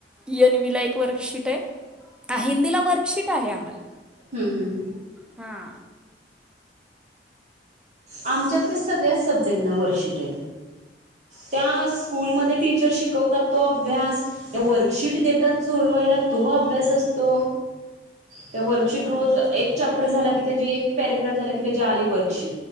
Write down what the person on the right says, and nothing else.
हम् हम् हम.
आमच्याकडे सगळ्याच सब्जेक्टना वर्शिट आहेत. त्या स्कूलमध्ये टीचर शिकवतात तो अभ्यास. त्या वर्कशीट देतात सोडवायला, तो अभ्यास असतो. त्या वर्कशीट
रोज,
एक चॅप्टर झाला की, त्याची एक पॅरेग्राफ झाला की, त्याची आली वर्कशीट.